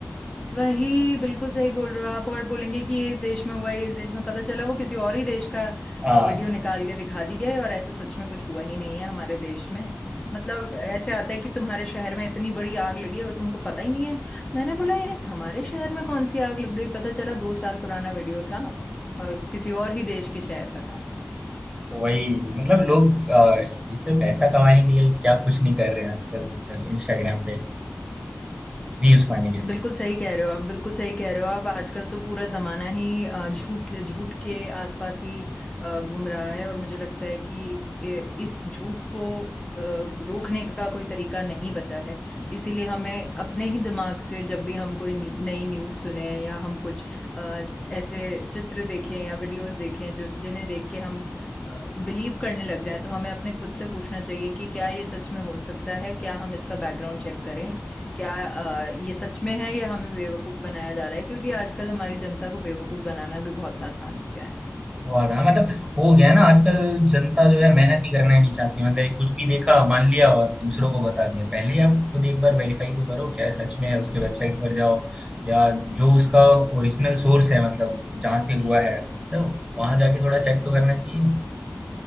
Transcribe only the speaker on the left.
वही बिल्कुल सही बोल रहे हो आप और बोलेंगे कि ये इस देश में हुआ है ये इस देश में पता चला वो किसी और ही देश का
अ, वीडियो निकाल के दिखा दिया है और ऐसा सच में कुछ हुआ ही नहीं है हमारे देश में मतलब ऐसे आता है कि तुम्हारे शहर में इतनी बड़ी आग लगी और तुमको पता ही नहीं है मैंने बोला ये हमारे शहर में कौन सी आग लग गई पता चला दो साल पुराना वीडियो था और किसी और ही देश के शहर का था
बिल्कुल सही कह रहे हो आप बिल्कुल सही कह रहे हो आप आजकल तो पूरा जमाना ही अ, झूठ झूठ के आसपास ही अ, घूम रहा है और मुझे लगता है कि ए, इस झूठ को अ, रोकने का कोई तरीका नहीं बचा है इसीलिए हमें अपने ही दिमाग से जब भी हम कोई न्यू- नई न्यूज़ सुने या हम कुछ अ, ऐसे चित्र देखें या वीडियोस देखें जो जिन्हें देख के हम बिलीव करने लग जाए तो हमें अपने खुद से पूछना चाहिए कि क्या ये सच में हो सकता है क्या हम इसका बैकग्राउंड चेक करें क्या अ, ये सच में है या हमें बेवकूफ बनाया जा रहा है क्योंकि आजकल हमारी जनता को बेवकूफ बनाना भी बहुत आसान हो गया है